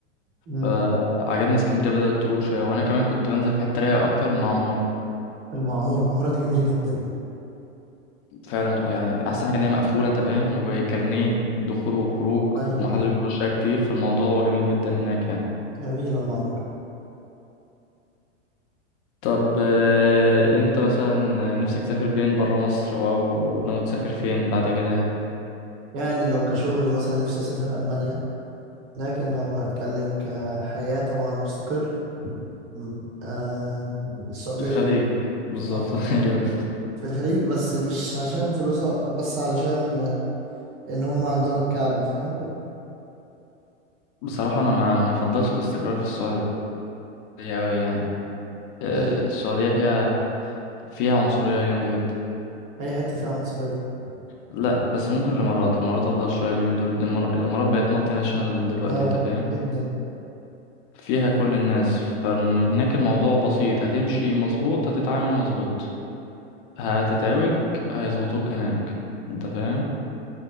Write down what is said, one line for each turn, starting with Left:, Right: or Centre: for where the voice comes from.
Right: مم.
Left: فعجبني اسكندرية بدأت تروح شوية وأنا كمان كنت بنزل في حتة رايقة أكتر المعمورة
Right: المعمورة المعمورة دي جميلة جدا
Left: فعلا والله يعني أحسن حاجة إن هي مقفولة أنت فاهم وكارنيه دخول وخروج
Right: أيوه
Left: ومحدش
Right: أيوه
Left: بيخشها كتير فالموضوع جميل جدا هناك يعني
Right: جميلة المعمورة
Left: طب آه، أنت مثلا نفسك تسافر بين برا مصر أو ناوي تسافر فين بعد كده يعني
Right: يعني لو كشغل مثلا نفسي أسافر ألمانيا لكن لو هتكلم كحياة طبعا مستقر مم. آه السعودية
Left: الخليج بالظبط
Right: اه
Left: <laughs> أيوه
Right: في الخليج بس مش عشان فلوسها بس علشان ان هم عندهم الكعبة فاهم
Left: بصراحة أنا ما ما أفضلش الاستقرار في السعودية أوي يعني آه،
Right: ده ليه
Left: السعودية فيها فيها عنصرية جامدة جدا
Right: اي حتة فيها عنصرية
Left: لا بس ممكن الإمارات الإمارات أفضل شوية اليومين دول الإمار- الإمارات بقت مالتي ناشونال دلوقتي
Right: اه
Left: أنت فاهم
Right: جدا
Left: فيها كل الناس فهناك الموضوع بسيط هتمشي مظبوط هتتعامل مظبوط هتتعوج هيظبطوك هناك أنت فاهم